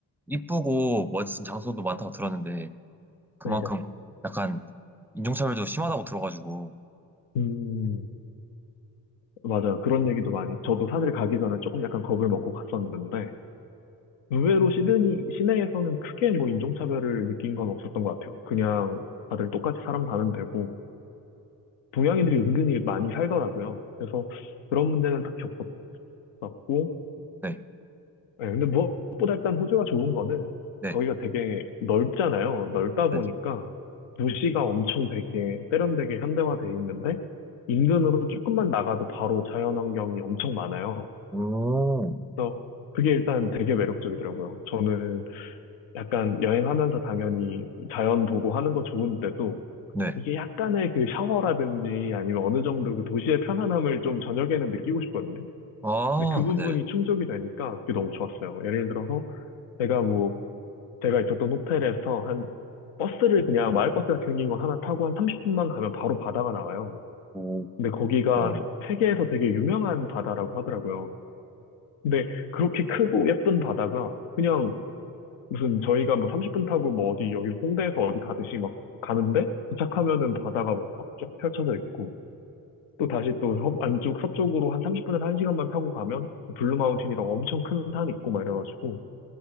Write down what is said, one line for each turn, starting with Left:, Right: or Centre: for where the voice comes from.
Centre: 이쁘고 멋진 장소도 많다고 들었는데 그만큼
Left: 네네.
Centre: 약간 인종차별도 심하다고 들어가지고.
Left: 음 맞아요. 그런 얘기도 많이. 저도 사실 가기 전에 조금 약간 겁을 먹고 갔었는데 의외로 시드니 시내에서는 크게 뭐 인종차별을 느낀 건 없었던 것 같아요. 그냥 다들 똑같이 사람 사는 데고 동양인들이 은근히 많이 살더라고요. 그래서 그런 문제는 딱히 없었고,
Centre: 네,
Left: 예, 근데 무엇보다 일단 호주가 좋은 거는
Centre: 네,
Left: 거기가 되게 넓잖아요. 넓다 보니까
Centre: 네.
Left: 도시가 엄청 되게 세련되게 현대화돼 있는데 인근으로 조금만 나가도 바로 자연환경이 엄청 많아요.
Centre: 오.
Left: 그래서 그게 일단 되게 매력적이더라고요. 저는 약간 여행하면서 당연히 자연 보고 하는 거 좋은데도
Centre: 네.
Left: 이게 약간의 그 샤워라든지 아니면 어느 정도 그 도시의 편안함을 좀 저녁에는 느끼고 싶거든요.
Centre: 아,
Left: 근데 그 부분이
Centre: 네.
Left: 충족이 되니까 그게 너무 좋았어요. 예를 들어서 제가 뭐 제가 있었던 호텔에서 한 버스를 그냥 마을버스 같은 생긴 거 하나 타고 한 30분만 가면 바로 바다가 나와요.
Centre: 오,
Left: 근데 거기가
Centre: 맞아요.
Left: 세- 세계에서 되게 유명한 바다라고 하더라고요. 근데 그렇게 크고 예쁜 바다가 그냥 무슨 저희가 뭐 30분 타고 뭐 어디 여기 홍대에서 어디 가듯이 막 가는데 도착하면은 바다가 막 쫙 펼쳐져 있고 또 다시 또 서, 안쪽 서쪽으로 한 30분에서 1시간만 타고 가면 블루마운틴이라고 엄청 큰 산 있고 막 이래가지고